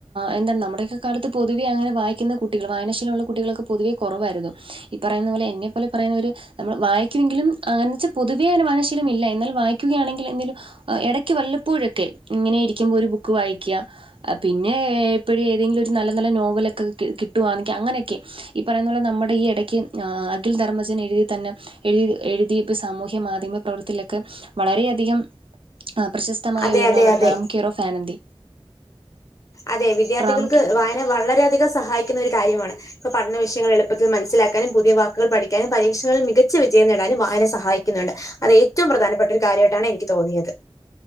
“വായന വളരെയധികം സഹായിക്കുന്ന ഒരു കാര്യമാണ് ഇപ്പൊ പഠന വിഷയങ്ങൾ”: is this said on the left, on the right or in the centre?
Left